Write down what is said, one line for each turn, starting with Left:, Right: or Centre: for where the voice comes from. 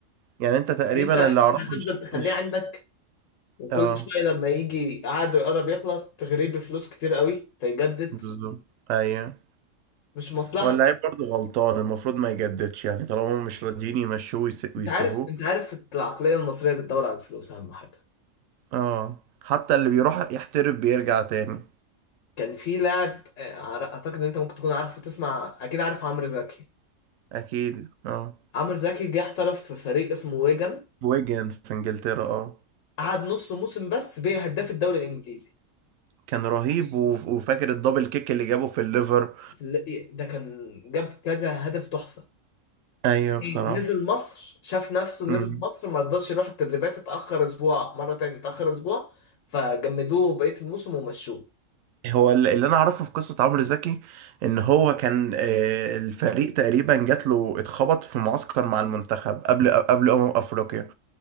Right: يعني انت تقريبا
Left: انت انت
Right: اللي اعرفه
Left: هتفضل
Right: مش
Left: تخليه
Right: مش
Left: عندك وكل
Right: اه
Left: شويه لما يجي عقده يقرب يخلص تغريه بفلوس كتير قوي فيجدد
Right: بالظبط ايوه
Left: مش مصلحه
Right: هو اللعيب برضه غلطان المفروض ما يجددش يعني طالما هم مش راضيين يمشوه ويس- ويسيبوه
Left: انت عارف انت عارف العقليه المصريه بتدور على الفلوس اهم حاجه
Right: اه حتى اللي بيروح يحترف بيرجع تاني
Left: كان في لاعب آه، اعتقد ان انت ممكن تكون عارفه تسمع اكيد عارف عمرو زكي
Right: اكيد اه
Left: عمرو زكي جه احترف في فريق اسمه ويجن
Right: ويجن في انجلترا اه
Left: قعد نص موسم بس بيه هداف الدوري الانجليزي
Right: كان رهيب
Left: نص
Right: وف-
Left: موسم
Right: وفاكر الدبل كيك اللي جابه في الليفر
Left: في ال- ده كان جاب كذا هدف تحفه
Right: ايوه بصراحة
Left: نزل مصر شاف نفسه نزل
Right: مم.
Left: مصر ما رضاش يروح التدريبات اتاخر اسبوع مره تاني اتاخر اسبوع فجمدوه بقيه الموسم ومشوه
Right: هو ال- اللي انا اعرفه في قصة عمرو زكي ان هو كان آه، الفريق تقريبا جات له اتخبط في معسكر مع المنتخب قبل قبل امم افريقيا